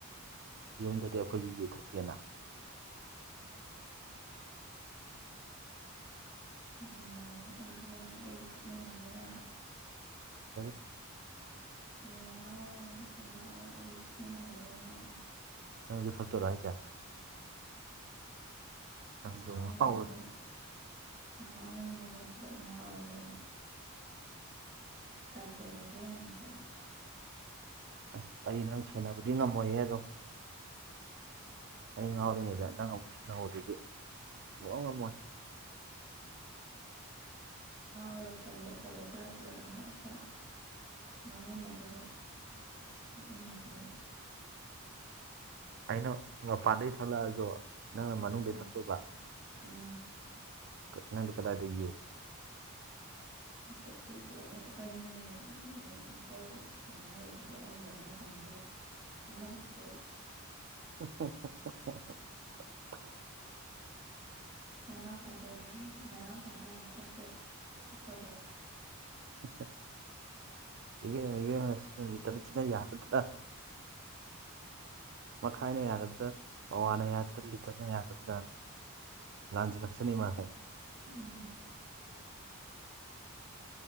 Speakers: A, on the right; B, on the right.
A: ꯌꯨꯝꯗꯗꯤ ꯑꯩꯈꯣꯏꯁꯨ ꯌꯨꯊꯠꯇꯦꯅ
B: ꯅꯨꯡꯗꯥꯡ ꯑꯩꯗꯤ ꯌꯦꯡꯉꯣ ꯑꯩ ꯊꯛꯃꯤꯟꯅꯕꯤꯅ
A: ꯍ
B: ꯌꯣ ꯉꯥꯎꯔꯒ ꯆꯪꯉꯛꯑꯕ ꯑꯩꯗꯤ ꯊꯛꯃꯤꯟꯅꯒꯗꯕꯅꯦꯁ
A: ꯅ ꯊ ꯁꯛꯇꯔ ꯍꯥꯏꯖ ꯅꯪꯣ
B: ꯉꯥꯎꯅꯤꯡꯉꯗꯤ
A: ꯍ
B: ꯉꯥꯎꯅꯤꯡꯉꯗꯤ ꯄꯨꯂꯞ ꯑꯣꯏꯔ ꯑꯗꯨꯅ ꯀꯔꯤ ꯑꯣꯏꯔꯛꯀꯦ ꯌꯦꯡꯉꯁꯦꯅ
A: ꯑꯁ ꯑꯩꯔꯤ ꯅꯪ ꯁꯦꯟꯅꯕꯗꯤ ꯉꯝꯃꯣꯏꯍꯦ ꯑꯗꯣ ꯑꯩ ꯉꯥꯎꯔꯤꯉꯩꯗ ꯅꯪ ꯑꯃꯨꯛ ꯁꯤꯍꯧꯕꯗꯨꯗꯤ ꯂꯥꯎ ꯉꯝꯃꯣꯏ
B: ꯑꯗꯨꯒ ꯀꯔꯤ ꯑꯐꯕ ꯄꯨꯔꯛꯀꯦ ꯑꯗꯣ ꯍꯦꯛꯇ ꯉꯥꯡꯃꯤꯟꯅꯗꯣꯏꯕ ꯊꯣꯛꯃꯤꯟꯅꯗꯣꯢꯕ
A: ꯑꯩꯅ ꯃꯄꯥꯟꯗꯩ ꯊꯛꯂꯛꯑꯁꯨ ꯅꯪꯅ ꯃꯅꯨꯡꯗ
B: ꯎꯝ
A: ꯊꯛꯇꯣꯏꯕ
B: ꯎꯝ
A: ꯅꯪꯗꯤ ꯀꯗꯥꯏꯗꯒꯤ ꯌꯨ
B: ꯀꯣꯠꯊꯤ ꯊꯤꯔꯒ ꯍꯦꯛꯇ ꯀꯩꯅꯣꯅꯦ ꯏꯇꯩ ꯀꯩꯅꯣ ꯑꯣꯏꯔꯗꯤ ꯑꯩ ꯑꯃ ꯊꯝꯃ ꯂꯣꯏꯔꯦ ꯑꯃ ꯄꯨ ꯊꯣ ꯔꯛꯑꯣꯁꯦ
A: ꯍꯥ ꯍꯥ ꯍꯥ
B: ꯅꯅꯥꯎ ꯅꯨꯄꯥꯖꯦ ꯌꯥꯝ ꯅꯅꯥꯎ ꯄꯥꯁꯦ ꯌꯥꯝ ꯐꯠꯇꯦ ꯊꯕꯛ ꯇꯧꯒꯦ
A: <inaudible> ꯏꯕꯦꯝ ꯏꯕꯦꯝ ꯁꯤꯅ ꯂꯤꯇꯔ ꯁꯤꯅ ꯌꯥꯒꯗꯔꯥ ꯃꯈꯥꯏꯅ ꯌꯥꯒꯗ꯭ꯔꯥ ꯄꯋꯥꯅ ꯌꯥꯒꯗ꯭ꯔꯥ ꯂꯤꯇꯔꯅ ꯌꯥꯒꯗ꯭ꯔꯥꯅ ꯂꯥꯟ ꯂꯛꯁ ꯅ ꯃꯥꯦ
B: ꯎꯝ